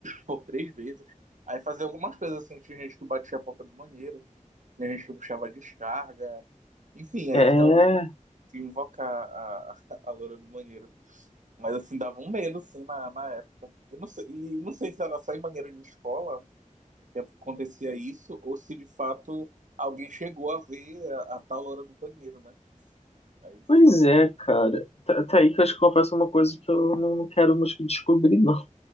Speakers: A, on the right; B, on the left.
A: por três vezes. Aí fazia algumas coisas, assim, tinha gente que batia a porta do banheiro, tinha gente que puxava a descarga. Enfim, aí
B: É,
A: ficava meio que invocar a, a, a loira do banheiro. Mas, assim, dava um medo, assim, na, na época. Eu não sei, e não sei se era só em banheiro de escola que acontecia isso ou se de fato alguém chegou a ver a, a tal hora do banheiro, né? Aí
B: pois
A: sim,
B: é, cara. Tá, tá aí que eu acho que confesso uma coisa que eu não não quero nos descobrir, não.